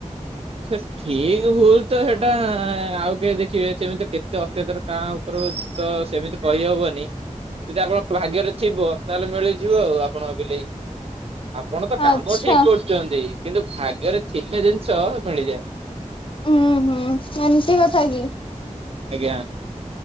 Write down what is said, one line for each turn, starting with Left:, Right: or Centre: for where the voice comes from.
Right: ସେ ଠିକ ଭୁଲ ତ ସେଟା ଆଉ କେହି ଦେଖିବେ ସେମିତି କେତେ ଅତ୍ୟତର କା ଉପରେ <unintelligible> ତ ସେମିତି କହିହବନି। ଯଦି ଆପଣଙ୍କ ଭାଗ୍ୟରେ ଥିବ ତାହେଲେ ମିଳିଯିବ ଆଉ ଆପଣଙ୍କ ବିଲେଇ। ଆପଣ ତ କାମ
Left: ଆଚ୍ଛା
Right: ଠିକ କରୁଛନ୍ତି କିନ୍ତୁ ଭାଗ୍ୟରେ ଥିଲେ ଜିନିଷ ମିଳିଯାଏ।
Left: ହୁଁ ହୁଁ ଏମତି କଥାକି।
Right: ଆଜ୍ଞା।